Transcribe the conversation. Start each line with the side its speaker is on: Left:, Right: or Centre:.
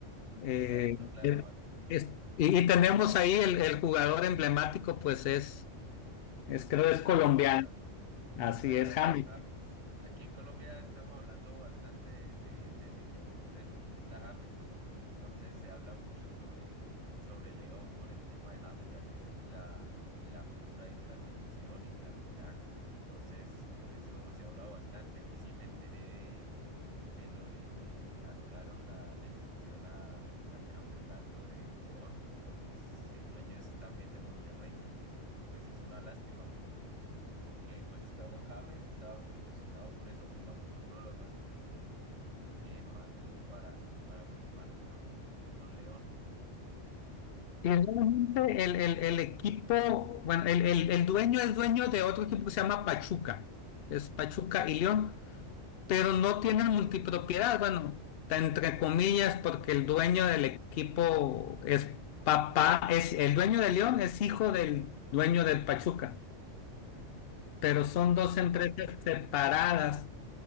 Left: Eh,
Right: Exacto, claro.
Left: el-
Right: ah,
Left: es- y, y tenemos ahí el, el jugador emblemático, pues es, es, creo es colombiano,
Right: Colombiano.
Left: así
Right: Claro,
Left: es, James.
Right: James. Aquí en Colombia estamos hablando bastante de, de- de ese equipo por eso, porque está James. Entonces se habla mucho sobre, sobre León por el tema de James, ya que es la, la figura ahí de la selección y el capitán. Entonces, por eso se ha hablado bastante y sí me enteré de lo de que anularon la, la inscripción a- al campeonato de León, porque es- el dueño es también de Monterrey. Y pues es una lástima porque, porque pues digamos James estaba muy ilusionado con eso, digamos fue una de las razones que, que el man tuvo para, para firmar con, con León.
Left: Y realmente el, el- el equipo, bueno, el, el- el dueño es dueño de otro equipo que se llama Pachuca, es Pachuca y León, pero no tienen multipropiedad, bueno, ta- entre comillas, porque el dueño del equipo es papá, es el dueño de León es hijo del dueño del Pachuca, pero son
Right: Ah,
Left: dos empresas separadas.